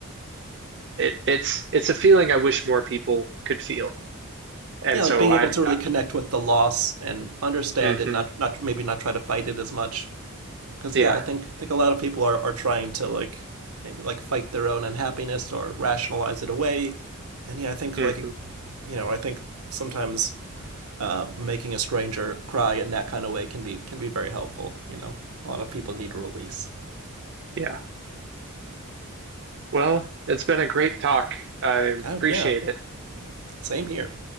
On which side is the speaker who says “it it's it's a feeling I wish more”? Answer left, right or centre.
Right